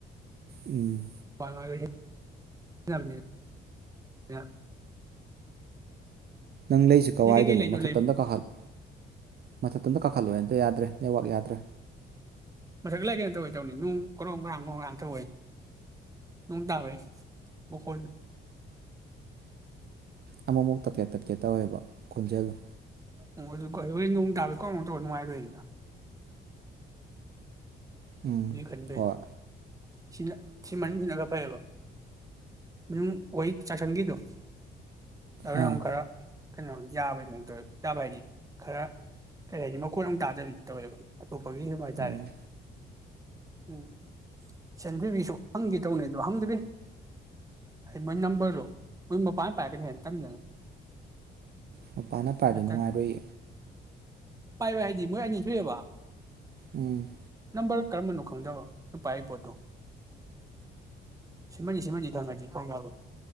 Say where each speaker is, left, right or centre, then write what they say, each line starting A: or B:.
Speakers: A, on the right; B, on the right.
A: ꯎꯝ
B: <unintelligible>
A: ꯅꯪ ꯂꯩꯁꯤ ꯀꯋꯥꯏꯗꯅꯣ
B: ꯅꯣꯏ ꯀꯩꯀꯩ ꯂꯩꯗꯣꯏ
A: ꯃꯊꯛꯇ
B: ꯂꯩꯕ
A: ꯀꯥꯈꯜꯂꯨ ꯑꯝꯇ ꯀꯥꯈꯠꯂꯨ ꯑꯝꯇ ꯌꯥꯗ꯭ꯔꯦ ꯅꯦꯋꯥꯛ ꯌꯥꯗ꯭ꯔꯦ
B: ꯃꯊꯛꯇꯂꯩ ꯀꯩꯅꯣ ꯇꯧꯋꯦ ꯇꯧꯅꯤ ꯅꯣꯡ ꯀ꯭ꯔꯣꯡ ꯀ꯭ꯔꯥꯡ ꯀꯣꯡ ꯉꯥꯡ ꯇꯧꯏ ꯅꯣꯡ ꯇꯥꯕꯩ ꯃꯈꯣꯟ
A: ꯑꯃꯃꯨꯛ ꯇꯠꯀꯦ ꯇꯠꯀꯦ ꯇꯧꯋꯦꯕ ꯈꯣꯟꯖꯦꯜꯗꯣ
B: ꯑꯣ ꯑꯗꯨ ꯅꯣꯡ ꯇꯥꯕꯦ ꯀꯣ ꯇꯧ ꯅꯨꯡꯉꯥꯏꯔꯣꯏ
A: ꯎꯝ
B: ꯑꯗꯨꯏ ꯈꯟꯕꯩꯅꯤ
A: ꯍꯣꯏ
B: ꯁꯤꯅ ꯁꯤ ꯃꯅꯨꯡꯁꯤꯅꯒ ꯐꯩꯌꯦꯕ ꯃꯅꯨꯡ ꯑꯣꯏ ꯆꯥꯛꯁꯪꯒꯤꯗꯣ ꯑꯗꯨꯔ
A: ꯑꯥ
B: ꯑꯃꯨꯛ ꯈꯔ ꯀꯩꯅꯣ ꯌꯥꯕꯒꯤ ꯃꯑꯣꯡꯗ ꯌꯥꯥꯕ ꯍꯥꯏꯗꯤ ꯈꯔ ꯀꯔꯤ ꯍꯥꯏꯅꯤ ꯃꯈꯣꯟ ꯑꯝ ꯇꯥꯗꯕꯤ ꯇꯧꯋꯦꯕ ꯑꯇꯣꯞꯄꯒꯤ ꯁꯨꯝ ꯍꯥꯏꯇꯥꯔꯦ
A: ꯎꯝ
B: ꯎꯝ ꯁꯦꯟꯗ꯭ꯔꯤꯒꯤꯁꯨ ꯍꯪꯒꯦ ꯇꯧꯅꯤ ꯑꯗꯣ ꯍꯪꯗ꯭ꯔꯤ ꯑꯩ ꯃꯣꯏ ꯅꯝꯕꯔꯗꯣ ꯃꯣꯏ ꯃꯄꯥꯟ ꯄꯥꯏꯔꯛꯒꯅꯤ ꯍꯦ ꯇꯟꯗꯅ
A: ꯃꯄꯥꯅ ꯄꯥꯏꯔꯗꯤ
B: ꯅꯠꯇ꯭ꯔ
A: ꯅꯨꯡꯉꯥꯏꯔꯣꯏ
B: ꯄꯥꯏꯕ ꯍꯥꯏꯗꯤ ꯃꯣꯏ ꯑꯅꯤ ꯊꯣꯛꯑꯦꯕ
A: ꯎꯝ
B: ꯅꯝꯕꯔ ꯀꯔꯝꯕꯅꯣ ꯈꯪꯗꯕ ꯄꯥꯏ ꯄꯣꯠꯇꯣ ꯁꯤꯃꯅꯤ ꯁꯤꯃꯟꯅꯤ ꯈꯪꯉꯗꯤ ꯇꯧ ꯌꯥꯕ